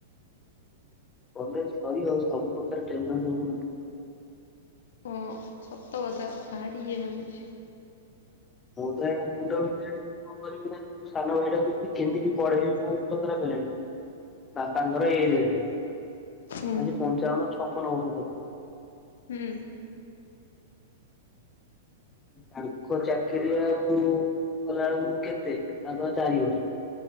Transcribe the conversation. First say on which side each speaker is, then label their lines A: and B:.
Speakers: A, on the left; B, on the left.
A: କଲେଜ୍ ସରିବ ସବୁ ପ୍ରକାର ଟେନସନ୍ ମୁଣ୍ଡ
B: ହଁ ସତ କଥା ଭାରି ଇଏ ନାଗୁଛି।
A: ପୁଣି ଥରେ ଆଙ୍କ ମୁଣ୍ଡ ବିନ୍ଧିଲାଣି। ମୁଁ କଣ କରିବି ମୋ ସାନ ଭାଇଟା କୁ କେମିତି ପଢେଇବି ମୋ ମୁଣ୍ଡ ଖରାପ୍ ହେଲାଣି। ବାପାଙ୍କର ଏଜେ ହେଲାଣି
B: ହୁଁ।
A: ପଞ୍ଚାବନ ଛପନ ଔଷଧ।
B: ହୁଁ।
A: ତାଙ୍କ ଚାକିରି ଆଉ କଲା ବେଳକୁ କେତେ ମାତ୍ର ଚାରି ବର୍ଷ।